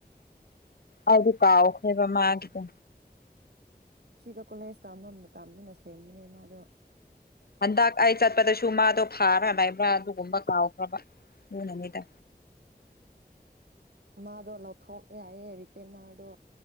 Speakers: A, on the left (about 70°); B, on the right (about 80°).
A: ꯑꯩꯗꯤ ꯀꯥꯎꯈ꯭ꯔꯦꯕ ꯃꯥꯒꯤꯗꯣ
B: ꯁꯤꯗ ꯀꯣꯂꯦꯖ ꯇ ꯇꯥꯝꯗꯨꯅ ꯁꯦꯝꯕꯅꯦ ꯃꯥꯗꯣ
A: ꯍꯟꯗꯛ ꯑꯩ ꯆꯠꯄꯗꯁꯨ ꯃꯥꯗꯣ ꯐꯥꯔꯥ ꯂꯩꯕ꯭ꯔꯥ ꯑꯗꯨꯒꯨꯝꯕ ꯀꯥꯎꯈ꯭ꯔꯕ ꯑꯗꯨꯅꯅꯤꯗ
B: ꯃꯥꯗꯣ ꯂꯧꯊꯣꯛꯦꯌꯦꯦ ꯔꯤꯇꯦꯟꯅꯔꯗꯣ